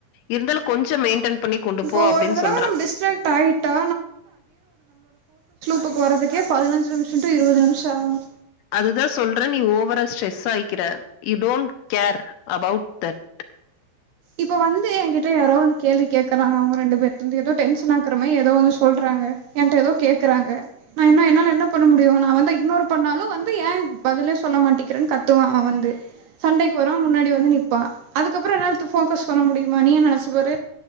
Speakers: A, on the left; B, on the right.
A: இருந்தாலும் கொஞ்சோ மெயின்டென் பண்ணி கொண்டு
B: இப்போ
A: போ அப்டின்னு
B: ஒரு தடவ
A: சொல்றன்
B: நம்ம டிஸ்ட்ராக்ட் ஆயிட்டா இப்ப வரதுக்கு பதினஞ்சு நிமிஷம் டு இருபது நிமிஷம் ஆகும்
A: அதுதான் சொல்றன் நீ ஓவரா ஸ்ட்ரெஸ் ஆயிக்கிற you don't care about that
B: இப்ப வந்து என்கிட்ட யாரோ வந்து கேள்வி கேக்குறாங்க அவங்க ரெண்டு பேரு இருந்து ஏதோ டென்ஷன் ஆக்குற மாரி ஏதோ வந்து சொல்றாங்க என்கிட்ட ஏதோ கேக்குறாங்க நா என்ன என்னால என்ன பண்ண முடியும் நா வந்து இக்னோர் பண்ணாலும் வந்து ஏன் பதிலே சொல்ல மாட்டிக்கிறேன்னு கத்துவான் அவன் வந்து சண்டைக்கு வரன் முன்னாடி வந்து நிப்பா அதுக்கப்றோ என் போக்கஸ் பண்ண முடியுமா நீயே நெனச்சுப்பாரு